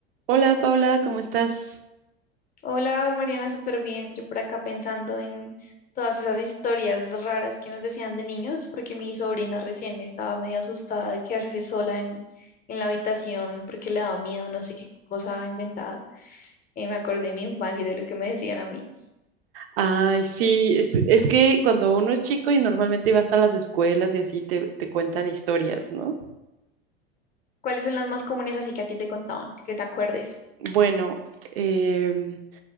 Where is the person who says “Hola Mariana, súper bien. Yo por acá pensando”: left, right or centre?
Left